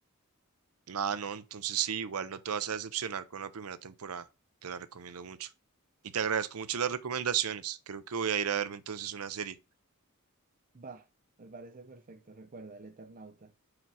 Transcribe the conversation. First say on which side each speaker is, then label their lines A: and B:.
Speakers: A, on the right; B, on the right.
A: Ah, no, entonces sí, igual no te vas a decepcionar con la primera temporada. Te la recomiendo mucho. Y te agradezco mucho las recomendaciones. Creo que voy a ir a verme entonces una serie.
B: Va, me parece perfecto, recuerda, el Eternauta.